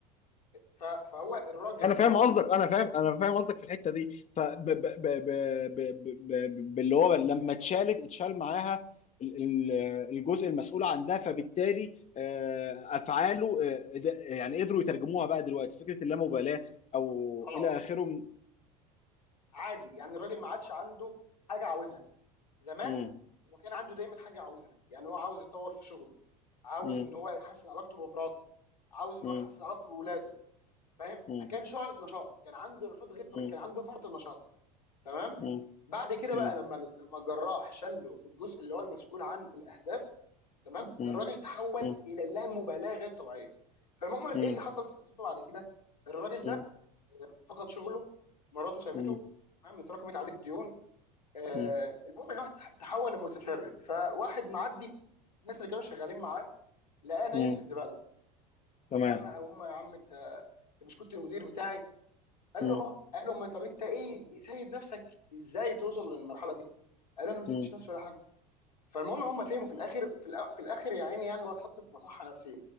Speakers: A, on the left; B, on the left.
A: ف- فهو الراجل
B: انا
A: وهو
B: فاهم
A: بي
B: قصدك انا فاهم انا فاهم قصدك في الحته دي ف ب- ب- ب- ب- ب- ب- باللي هو لما اتشالت اتشال معاها ال- ال- الجزء المسؤول عنها فبالتالي آه، افعاله آه، ده- يعني قدروا يترجموها بقى دلوقتي فكره اللامبالاه او
A: اه
B: الى اخره م-
A: عادي يعني الراجل ما عادش عنده حاجه عاوزها زمان
B: م-
A: هو كان عنده دايما حاجه عاوزها يعني هو عاوز يتطور في شغله عاوز
B: م-
A: ان هو يحسن علاقته بمراته عاوز ان
B: م-
A: هو يحسن علاقته باولاده فاهم
B: م-
A: فكان شعلة نشاط كان عنده نشاط غير طبيعي
B: م- م-
A: كان عنده فرط النشاط تمام
B: م-
A: بعد كده
B: م-
A: بقى لما لما الجراح شله الجزء اللي هو المسؤول عن الاهداف تمام
B: م-
A: الراجل تحول
B: م-
A: الى لا مبالاه غير طبيعيه فالمهم ايه
B: م-
A: اللي حصل في قصته بعد كده الراجل
B: م-
A: ده فقد شغله مراته سابته
B: م-
A: تمام اتراكمت عليه الديون آه
B: م-
A: المهم الواحد تحول لمتسرب فواحد معدي الناس اللي كانوا شغالين معاه لقاه نايم
B: م-
A: في الزباله
B: تمام
A: فاما ابوه يا عم انت انت مش كنت المدير بتاعي قال
B: م-
A: له اه قال له ما طب انت ايه سايب نفسك ازاي توصل للمرحله دي قال له انا ما سبتش
B: م-
A: نفسي ولا حاجه فالمهم هم فهموا في الاخر في, الأ- في الاخر يا عيني يعني هو اتحط في مصحه نفسيه